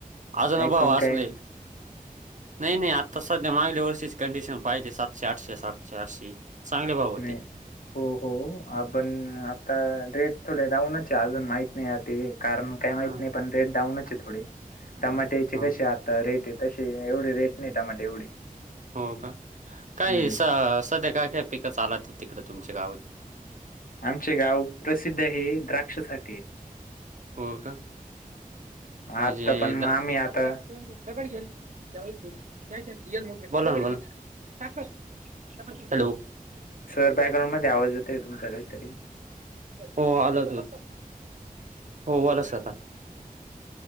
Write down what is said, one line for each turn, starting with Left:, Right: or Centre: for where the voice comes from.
Right: अजूनही
Left: ऐकून
Right: भाव असले
Left: काय
Right: <inaudible> नही नही आत्ता सध्या मांगल्या वर्षीची कंडिशन पाहिली, सातशे-आठशे, सातशे-आठशे चांगले भाव होते.
Left: नाही हो हो आपण आता रेट थोडे डाऊनचये अजून, माहित नाही हा ते कारण काही माहित
Right: हां,
Left: नही, पण रेट डाऊनच ये थोडे, टमाट्याचे
Right: हो,
Left: कसे आता रेट येत? तशे एवढे रेट नही, टमाटे एवढे.
Right: हो का? काही
Left: हम्म
Right: स-सध्या काय-काय पिक चालात्या तिकड तुमचे गाव
Left: आमचे गाव प्रसिद्ध, हे द्राक्षासाठी ये.
Right: हो का? माझे
Left: आत्ता पण
Right: द्र
Left: मग आम्ही
Right: <unintelligible>
Left: आता
Right: दगड घेऊन ठेवायचे, <unintelligible> बोला ना बोला, साथ <unintelligible> हॅलो?
Left: सर बॅकग्राऊंड मध्ये आवाज येतोय तुमचा, काहीतरी.
Right: हो आलं दूध, हो बोला सर आता.